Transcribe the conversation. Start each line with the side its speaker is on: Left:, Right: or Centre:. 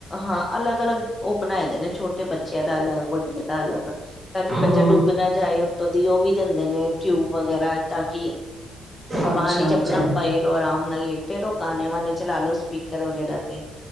Left: ਹਾਂ ਅਲੱਗ ਅਲੱਗ ਉਹ ਬਣਾਏ ਦੇ ਨੇ ਛੋਟੇ ਬੱਚਿਆਂ ਦਾ ਅਲੱਗ ਵੱਡਿਆਂ ਦਾ ਅਲੱਗ ਤਾਂ ਕਿ
Right: ਹਾਂ
Left: ਬੱਚਾ ਡੁੱਬ ਨਾ ਜਾਏ ਕਦੀ ਉਹ ਵੀ ਦਿੰਦੇ ਨੇ ਟਿਊਬ ਵਗੈਰਾ ਤਾਂ ਕਿ
Right: ਅੱਛਾ
Left: ਪਾਨੀ ਚ ਅਪਨਾ
Right: ਅੱਛਾ
Left: ਪਏ ਰੋ ਅਰਾਮ ਨਾਲ ਲੇਟੇ ਰੋ ਗਾਨੇ ਵਾਨੇ ਚਲਾ ਲੋ ਸਪੀਕਰ ਵਗੈਰਾ ਤੇ